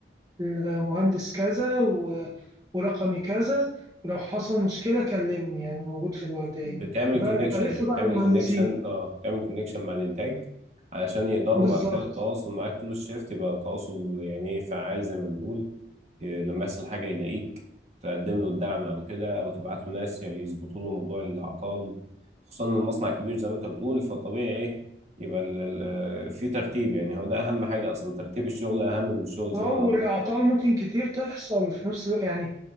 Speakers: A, on the right (about 20°); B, on the right (about 40°).
A: المهندس كذا و- ورقمي كذا ولو حصل مشكلة كلمني أنا موجود في الوردية
B: بتعمل
A: بقى
B: كونكشن
A: بقى لسه
B: يعني
A: بقى
B: بتعمل
A: المهندسين
B: كونكشن اه بتعمل كونكشن مع الانتاج علشان يقدروا
A: بالظبط
B: بعد كده التواصل معاك طول الشيفت يبقى تواصل يعني ايه فعال زي ما بنقول ي- لما يحصل حاجة يلاقيك تقدم له الدعم أو كده أو تبعت له ناس يعني يظبطوا له موضوع الأعطال خصوصا إن المصنع كبير زي ما أنت بتقول فطبيعي إيه يبقى ال- ال- في ترتيب يعني هو ده أهم حاجة أصلا ترتيب الشغل أهم من الشغل زي
A: أو
B: ما بنقول
A: الأعطال ممكن كتير تحصل في نفس الوقت يعني